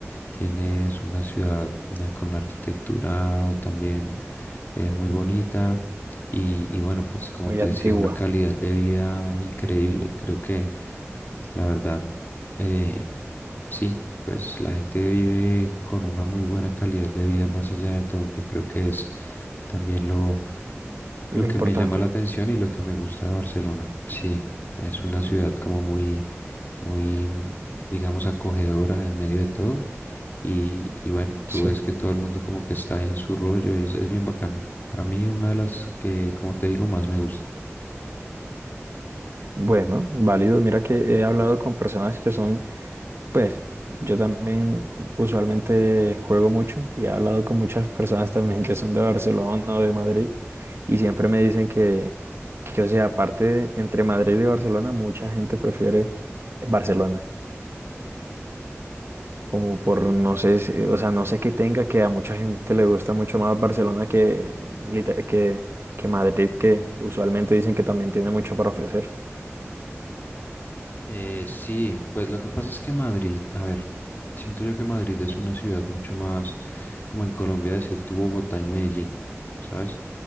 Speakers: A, on the left; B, on the right.
A: tienes una ciudad una- con una arquitectura también eh, muy bonita y, y bueno, pues como
B: muy
A: te
B: antigua,
A: decía, una calidad de vida increíble. Creo que la verdad, eh, sí, pues la gente vive con una muy buena calidad de vida más allá de todo, que creo que es también lo
B: lo
A: lo que
B: importante.
A: me llama la atención y lo que me gusta de Barcelona, sí, es una ciudad como muy, muy, mm, digamos, acogedora en medio de todo. Y, y bueno, tú
B: Sí.
A: ves que todo el mundo como que está en su rollo y es, es bien bacano. Para mí, una de las que, como te digo, más me gusta.
B: Bueno, válido. Mira que he hablado con personas que son, pues, yo también usualmente juego mucho y he hablado con muchas personas también que son de Barcelona o de Madrid y siempre me dicen que, que, o sea, aparte de- entre Madrid y Barcelona, mucha gente prefiere Barcelona, como por, no sé, si- o sea, no sé qué tenga que a mucha gente le gusta mucho más Barcelona que, lite- que, que Madrid, que usualmente dicen que también tiene mucho para ofrecer.
A: Eh, sí, pues lo que pasa es que Madrid, a ver, siento yo que Madrid es una ciudad mucho más, como en Colombia decir tu Bogotá y Medellín, ¿sabes?